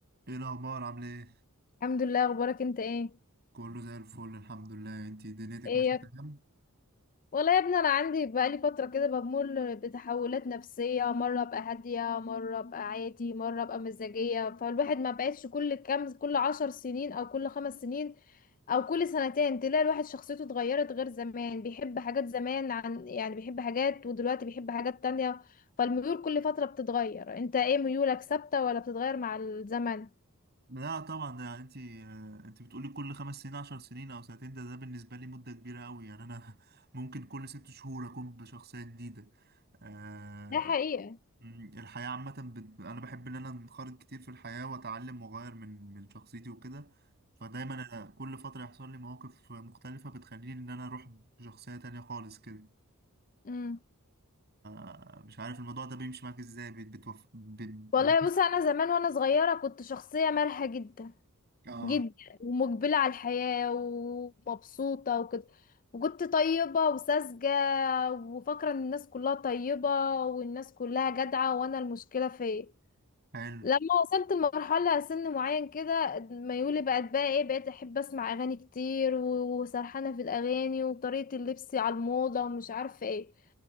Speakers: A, on the right (about 50°); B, on the left (about 40°).
A: ايه الاخبار عامله ايه
B: الحمد لله اخبارك انت ايه
A: كله زي الفل الحمد لله انتي دنيتك
B: ايه
A: ماشيه
B: يا
A: تمام
B: والله يا ابني انا عندي بقالي فتره كده بمر بتحولات نفسيه مره ابقى هاديه مره ابقى عادي مره ابقى مزاجيه فالواحد ما بقتش كل كام كل عشر سنين او كل خمس سنين او كل سنتين تلاقي الواحد شخصيته اتغيرت غير زمان بيحب حاجات زمان عن يعني بيحب حاجات ودلوقتي بيحب حاجات تانية فالميول كل فتره بتتغير انت ايه ميولك ثابته ولا بتتغير مع الزمن
A: لا طبعا ده انتي آه، انتي بتقولي كل خمس سنين عشر سنين او سنتين ده ده بالنسبه لي مده كبيره قوي يعني انا <laughs> ممكن كل ست شهور اكون بشخصيه جديده آه،
B: ده حقيقة
A: مم، الحياه عامه بت... انا بحب ان انا انخرط كتير في الحياه واتعلم واغير من من شخصيتي وكده فدايما أنا كل فتره يحصل لي مواقف مختلفه بتخليني ان انا اروح بشخصيه تانية خالص كده
B: امم
A: آه، مش عارف الموضوع ده بيمشي معاك ازاي بت... بتوف... بت...
B: والله بص انا زمان وانا صغيره كنت شخصيه مرحه جدا
A: اه
B: جدا ومقبله على الحياه ومبسوطه وكده وكنت طيبه وساذجه وفاكره ان الناس كلها طيبه والناس كلها جدعه وانا المشكله فيا
A: حلو
B: لما وصلت لمرحله سن معين كده ميولي بقت بقى ايه بقيت احب اسمع اغاني كتير و- وسرحانه في الاغاني وطريقه اللبس على الموضه ومش عارفه ايه